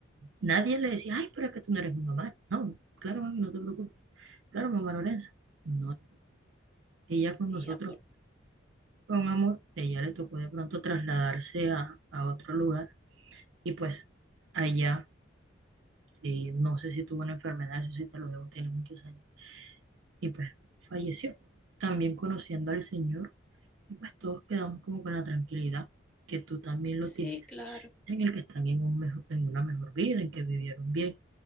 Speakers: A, on the right; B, in the centre.
A: nadie le decía, ay, pero es que tú no eres mi mamá. No, claro, mami, no te preocupes. Claro, mamá Lorenza. No, ella con
B: Sí,
A: nosotros
B: amor.
A: fue un amor, ella le tocó de pronto trasladarse a, a otro lugar y pues allá, eh, no sé si tuvo una enfermedad, eso sí te lo debo, tiene muchos años y pues falleció. También conociendo al Señor, y pues todos quedamos como con la tranquilidad que tú también lo
B: Sí,
A: tienes,
B: claro.
A: en el que están en, un mejor, en una mejor vida, en que vivieron bien